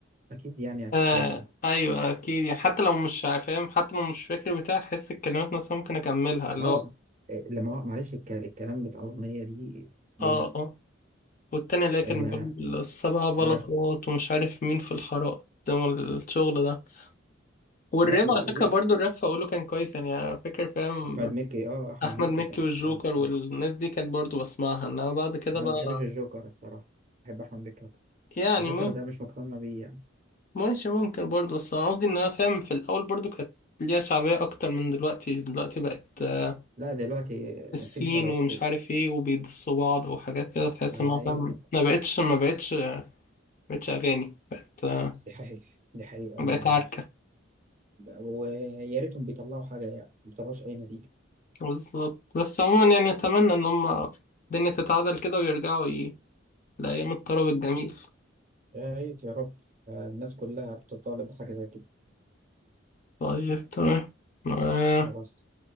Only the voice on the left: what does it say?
آه،
أيوة أكيد يعني حتى لو مش فاهم حتى لو مش فاكر بتاع أحس الكلمات نفسها ممكن أكملها اللي
هو
اه اه والتاني اللي كان
بيقول السبع بلاطات
ومش عارف مين في الحارات والشغل ده والراب
على
فكرة
برضو الراب فأقوله كان كويس يعني أنا فاكر فاهم
احمد
مكي
والجوكر
والناس
دي كانت برضو بسمعها انها بعد كده
بقى
يعني
م...
ماشي ممكن برضو بس انا قصدي انها فاهم في الاول برضو كانت ليها شعبية اكتر من دلوقتي دلوقتي بقت آه،
الصين
ومش
عارف ايه وبيدسوا بعض وحاجات كده تحس
انها
فاهم ما بقتش ما بقتش ما بقتش اغاني بقت آه،
بقت
عركة
بالظبط بس عموما يعني اتمنى ان هم الدنيا تتعدل كده ويرجعوا ي... لايام الطرب الجميل
طيب تمام آه،